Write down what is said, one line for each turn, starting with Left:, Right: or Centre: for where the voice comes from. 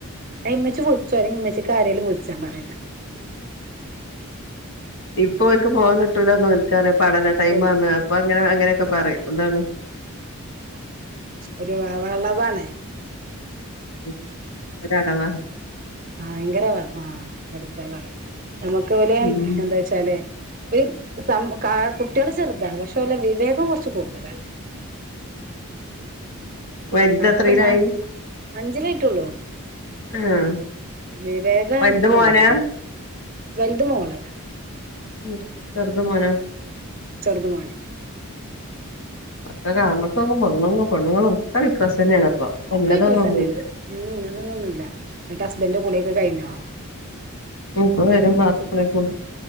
Right: ഹ് ഇമ്മച്ചി വിളിച്ചോ അല്ലേ ഇമ്മച്ചിക്കാരേലും വിളിച്ചാ പറയുന്നേ
Left: ഇപ്പൊ എൽക്ക് പോവാൻ കിട്ടൂല്ലാന്നൽക്കാരേ പഠന ടൈം
Right: ഓല്
Left: ആന്ന് അപ്പൊ അങ്ങനെ അങ്ങനെയൊക്കെ
Right: ആഹ്
Left: പറയും ഇതാണ്.
Right: ഒരു വ വളവാണേ
Left: ഉം അരാട വാ
Right: ആ ഭയങ്കര വ ആ പടിക്കലാണ് നമുക്ക് പോലെ
Left: ഉം
Right: എന്താ വച്ചാലെ ഒര് സം കാ കുട്ടികള് ചെറുതാണ് പക്ഷെ നല്ല വിവേകം കൊറച്ച് കൂടുതലാണ്
Left: വലുതെത്രയിലായി
Right: നമ്മുക്കൊന്ന അഞ്ചിലായിട്ടൊള്ളൂ
Left: ആഹ്
Right: വിവേകം
Left: വലുത്
Right: കൂടുതലാണ്.
Left: മോനാ
Right: വൽത് മോള്
Left: ഉം ചെറുത് മോനോ?
Right: ചെറുതു മോന്
Left: <unintelligible> പൊണ്ണുങ്ങളും <unintelligible> വിക്രസന്നേണ്പ്പൊ. പ്പൊന്നത്
Right: ഒക്കെ വികൃസ്
Left: ന്നൊന്നുല്ല.
Right: തന്നെയാണ് ഉം ഇതൊന്നൊന്നുമില്ല എന്നിട്ട് ഹസ്ബൻന്റെ കുളിയൊക്കെ കഴിഞ്ഞോ
Left: ഇപ്പൊ വരും മാ <unintelligible>